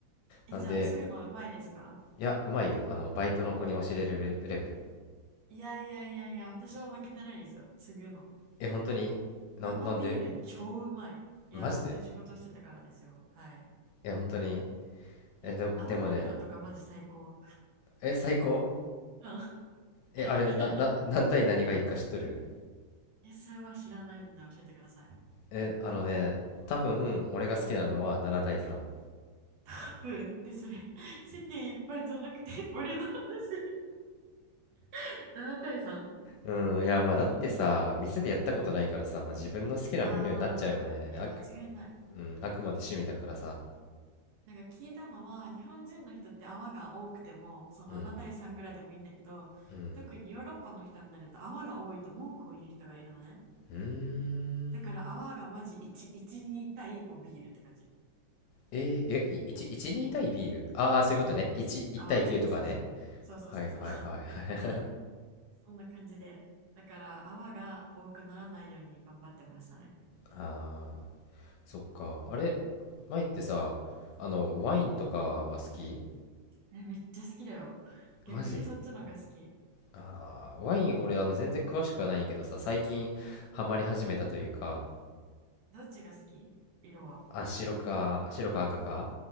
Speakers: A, on the right; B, on the left.
A: え、
B: なんで、
A: じゃあ、継ぐのうまいですか
B: いや、うまいよ。あの、バイトの子に教えれるレレベル。
A: いやいやいやいや、私も負けてないですよ。継ぐの。
B: え、本当にな、
A: 生ビール超うまい。
B: なんで
A: いや、
B: マジで
A: そういう仕事してたからですよ。はい。
B: え、本当にえ、
A: え、
B: でも、
A: 泡の量とかマジ最高。
B: でもね、え、最高
A: うん。
B: え、
A: <laughs>
B: あれ、な、な、何対何がいいか知っとる
A: いや、それは知らないんで教えてください。
B: え、あのね、多分、俺が好きなのは7対3。
A: カプンってそれ、<laughs> 世間いっぱいじゃなくて、<laughs> 俺の話。<laughs> 7対 3?
B: うん、いやまあだってさ、
A: え、
B: 店でやったことないからさ、
A: うん。
B: まあ、自分の好きな分量になっちゃうよね。
A: あー、いや、
B: あく、
A: 間違いない。
B: うん、あくまで趣味だからさ。
A: なんか聞いたのは、日本人の人って泡が多くても、その7対3ぐらいでもいいんだけど、
B: うん、うん、
A: 特にヨーロッパの人になると泡が多いと文句を言う人がいるのね。
B: うーん。
A: だから泡がマジ1、1、2対もうビールって感じ。
B: えー、え、1、1、2対ビールああー、そういうことね。
A: うんうんうん。
B: 1、1対9とかね。
A: 泡が、そうそう。そうそうそうそう。
B: はいはいはい。<laughs>
A: そんな感じで。だから泡が多くならないように頑張ってましたね。
B: ああ、そっか。あれ、前ってさ、あの、
A: うん
B: ワインとかは好き
A: え、めっちゃ好きだよ。逆にそっちのが好き。
B: マジああー、ワイン俺、あの、全然詳しくはないんやけどさ、最近ハマり始めたというか、
A: どっちが好き色は。
B: あ、白か、白か赤か